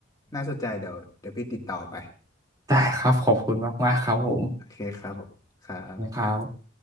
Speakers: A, on the left; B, on the right.
A: น่าสนใจเดี๋ยวเดี๋ยวพี่ติดต่อไป
B: ได้ครับขอบคุณมากๆครับผม
A: โอเคครับผมครับ
B: <laughs> ครับ